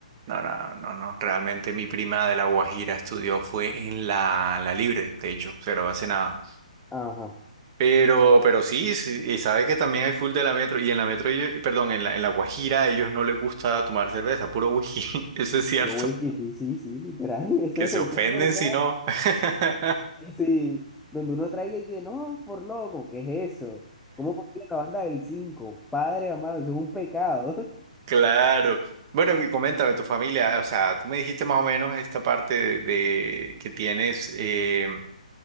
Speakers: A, on the right; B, in the centre.
A: No, no, no, no. Realmente mi prima de La Guajira estudió fue en la, la Libre, de hecho, pero hace nada.
B: Ajá.
A: Pero, pero sí, sí, y sabe que también hay full de la Metro. Y en la Metro, ellos- perdón, en la, en la Guajira a ellos no les gusta tomar cerveza, puro whisky. <laughs> Eso es cierto.
B: Pero, güey, que sí, sí, sí, literal. <laughs> Eso,
A: Que
B: es-
A: se
B: eso
A: ofenden
B: es verdad.
A: si no. <laughs>
B: Sí, sí donde uno traiga y que no, por loco, ¿qué es eso? ¿Cómo porque la banda del 5 Padre amado, eso es un pecado. <laughs>
A: Claro. Bueno, y coméntame tu familia, o sea, tú me dijiste más o menos esta parte de, de que tienes eh,